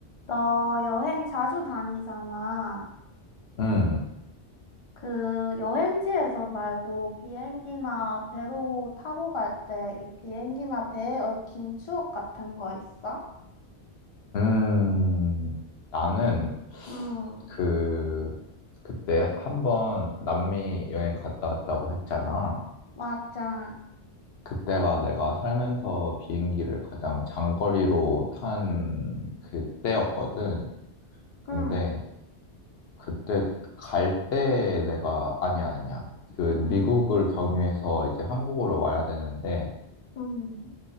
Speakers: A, on the left; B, on the left.
A: 너 여행 자주 다니잖아.
B: 음,
A: 그 여행지에서 말고 비행기나 배로 타고 갈 때 이 비행기나 배에 얽힌 추억 같은 거 있어?
B: 음, 나는
A: 응,
B: 그, 그때 한번 남미 여행 갔다 왔다고 했잖아.
A: 맞아.
B: 그때가 내가 살면서 비행기를 가장 장거리로 탄 그때였거든. 근데
A: 응,
B: 그때 갈 때 내가, 아니야, 아니야. 그 미국을
A: 응,
B: 경유해서 이제 한국으로 와야 되는데,
A: 응,